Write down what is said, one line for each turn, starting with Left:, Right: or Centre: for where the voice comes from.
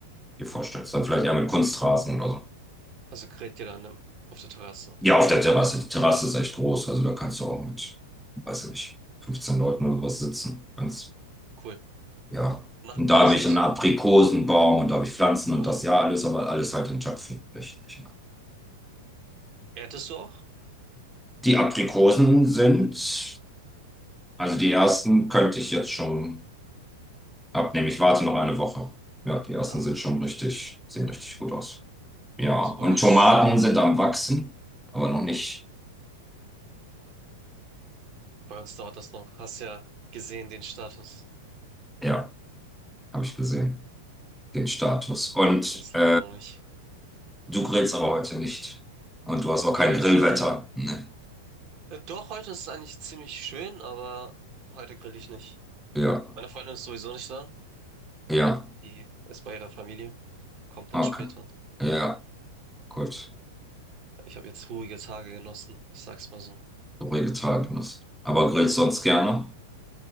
Centre: dir vorstellst. Dann vielleicht eher mit Kunstrasen oder so.
Right: also grillt ihr dann auf der Terrasse.
Centre: Ja, auf der Terrasse. Die Terrasse
Right: Ja,
Centre: ist echt groß, also da kannst du auch mit, weiß ich nicht, 15 Leuten oder sowas sitzen. Ganz,
Right: cool.
Centre: ja.
Right: Na,
Centre: Und da
Right: hast
Centre: habe ich
Right: du eigentlich
Centre: einen Aprikosenbaum
Right: ein...
Centre: und da habe ich Pflanzen
Right: Oh,
Centre: und das ja alles, aber alles halt in Töpfen. Nicht, nicht.
Right: erntest du auch?
Centre: Die Aprikosen sind, also die ersten könnte ich jetzt schon. Abnehmen. Ich warte noch eine Woche. Ja, die ersten
Right: Ah,
Centre: sind
Right: okay.
Centre: schon richtig, sehen richtig gut aus. Ja,
Right: Also
Centre: und
Right: bei uns,
Centre: Tomaten sind am Wachsen, aber noch nicht.
Right: bei uns dauert das noch. Hast ja gesehen, den Status.
Centre: Ja, habe ich gesehen, den Status. Und
Right: Ist
Centre: äh,
Right: leider noch nicht.
Centre: du grillst aber heute nicht. Und du hast auch kein
Right: Heute,
Centre: Grillwetter. Nee.
Right: äh, doch, heute ist es eigentlich ziemlich schön, aber heute grill ich nicht.
Centre: Ja,
Right: Meine Freundin ist sowieso nicht da.
Centre: ja,
Right: Die ist bei ihrer Familie. Kommt
Centre: okay.
Right: dann später.
Centre: Ja, gut.
Right: Ich habe jetzt ruhige Tage genossen. Ich sag's mal so.
Centre: So Vegetarier. Aber grillst
Right: Richtig.
Centre: sonst gerne?